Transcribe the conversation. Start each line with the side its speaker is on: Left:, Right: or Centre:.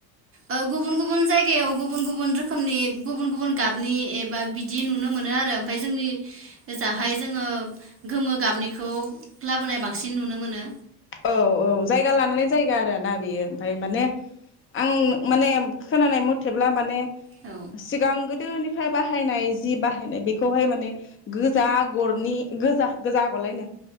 Right: ओ गुबुन गुबुन जायगायाव गुबुन गुबुन रोखोमनि गुबुन गुबुन गाब नि एबा बिदि नुनो मोनो आरो ओमफाय जोंनि ओजाहाय जोङो गोमो गाबनिखौ लाबोनाय बांसिन नुनो मोनो।
Left: औ औ जायगा लानानै जायगा आरो ना बेयो। ओमफाय माने आं माने खोनानाय मथेब्ला माने
Right: औ
Left: सिगांगोद दोनिफ्राय बाहायनाय जि बाहायनाय बेखौहाय माने गोजा आगरनि गोजा गोजा आगरलायनो